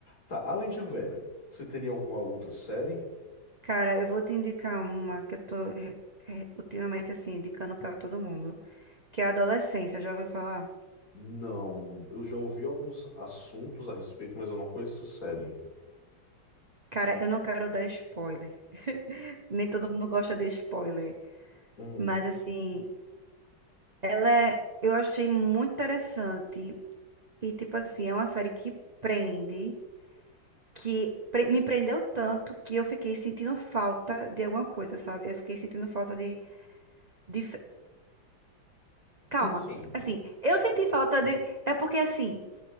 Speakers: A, on the left (about 45°); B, on the right (about 30°).
A: Tá, além de Vera, você teria alguma outra série?
B: Cara, eu vou te indicar uma que eu tô re- re- ultimamente, assim, indicando pra todo mundo, que é a Adolescência, já ouviu falar?
A: Não, eu já ouvi alguns assuntos a respeito, mas eu não conheço a série.
B: Cara, eu não quero dar spoiler. Nem todo mundo gosta de spoiler.
A: Hum,
B: Mas assim, ela é, eu achei muito interessante e tipo assim, é uma série que prende, que pre- me prendeu tanto que eu fiquei sentindo falta de alguma coisa, sabe? Eu fiquei sentindo falta de, de fe- calma.
A: como assim?
B: Assim, eu senti falta de é porque assim,